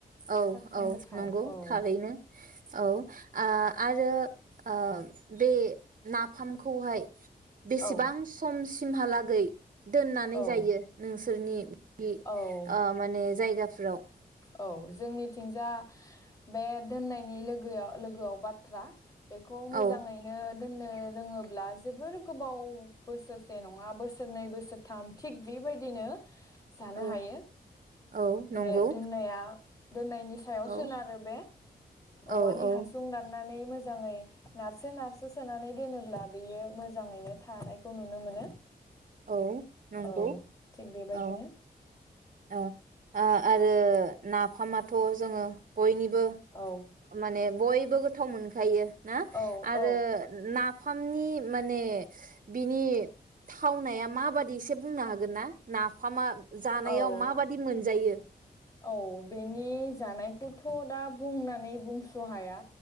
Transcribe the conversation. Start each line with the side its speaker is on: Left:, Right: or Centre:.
Right: औ
Left: साबसिन
Right: औ
Left: गोथाव
Right: नंगौ
Left: औ
Right: थारैनो औ आ आर आरो बे नाफामखौहाय बेसेबां
Left: औ
Right: सम सिमहालागै दोननानै
Left: औ
Right: जायो नोंसोरनि बि
Left: औ
Right: ओ माने जायगा फोराव
Left: औ जोंनिथिंजा बे दोननायनि लोगोआव लोगोआव बाथ्रा बेखौ मोजाङैनो
Right: औ
Left: दोननो रोङोब्ला जोबोर गोबाव बोसोरसे नङा नङा बोसोरनै बोसोरथाम थिग बेबायदिनो जानो
Right: औ
Left: हायो
Right: औ नंगौ
Left: बे दोननाया दोननायनि सायाव
Right: औ
Left: सोनारो बे औवानि
Right: औ औ
Left: हासुं दानना नै मोजाङै नारसो नारसो सोनानै दोनोब्ला बेयो मोजाङैनो थानायखौ नुनो मोनो।
Right: औ नंगौ
Left: औ थिग बेबायदिनो।
Right: औ ओ ओ आरो नाफामाथ जोङो बयनि बो
Left: औ
Right: माने बयबो गो थावमोन खायो ना
Left: औ
Right: आरो
Left: औ
Right: ना फामनि माने बिनि थावनाया माबादि एसे बुंनो हागोन ना नाफामा जानायाव
Left: औ
Right: माबादि मोनजायो?
Left: औ बेनि जानायखौथ दा बुंनानै बुंस हाया।